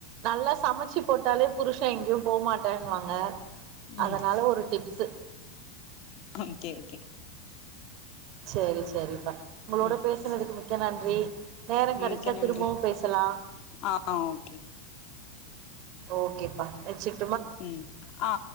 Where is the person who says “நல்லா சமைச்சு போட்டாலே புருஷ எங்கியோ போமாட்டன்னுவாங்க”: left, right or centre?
Right